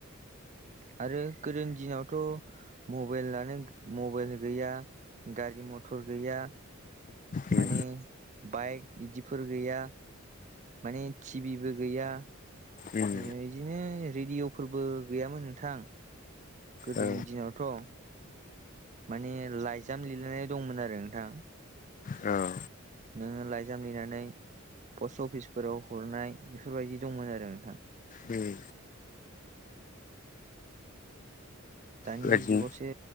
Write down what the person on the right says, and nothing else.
आरो गोदोनि दिनावथ मबाइलानो मबाइल गैया, गारि मथर गैया
माने बाइक इदिफोर गैया। माने टिभिबो गैया
ओ इदिनो रेडियफोरबो गैयामोन नोंथां गोदोनि
दिनावथ'। माने लाइजाम लिरलायनाय दंमोन आरो नोंथां।
नोङो लाइजाम लिरनानै पस्ट अफिसफोराव हरनाय बेफोरबायदि दंमोन आरो नोंथां।
दानि
जुगावसो